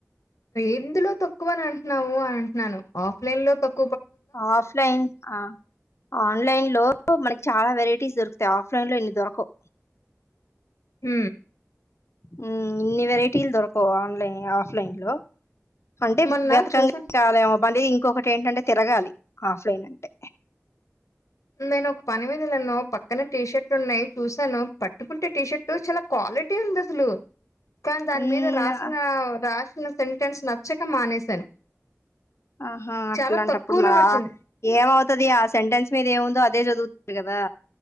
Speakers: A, on the left; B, on the left.
A: ఎందులో తక్కువ అని అంటున్నావు అ అంటున్నాను ఆఫ్లైన్ లో కోక్
B: ఆఫ్లైన్ ఆ ఆన్లైన్ లో మనకి చాలా వెరైటీస్ దొరుకుతాయి ఆఫ్లైన్ లో ఇన్ని దొరకవు
A: ఊ
B: ఉ ఇన్ని వెరైటీల్ దొరకో ఆన్లైన్ ఆ ్లైన్ లో అంటే
A: మొన్న
B: వెతకంగ్
A: చూసాను
B: కాలే ఆఫ్ మందిది ఇంకొకటి ఏంటంటే తిరగాలి ఆఫ్లైన్ అంటే
A: నేను ఒక పని మీద లేను పక్కన టీషర్ట్ లు ఉన్నాయి చూసాను పట్టుకుంటే టీ షర్ట్ చాలా క్వాలిటీ ఉంది అసలు కానీ దాని
B: హ్మ్.
A: మీద రాసిన
B: ఆహ్,
A: రాసిన సెంటెన్స్ నచ్చక మానేశాను
B: ఆహా అట్లాంటప్పుడు
A: చాలా తక్కువలో
B: మరి
A: వచ్చింది
B: ఆ ఏమవుతుది ఆ సెంటెన్స్ మీద ఏము ఇంకఅ అదే చదు వుతందికదా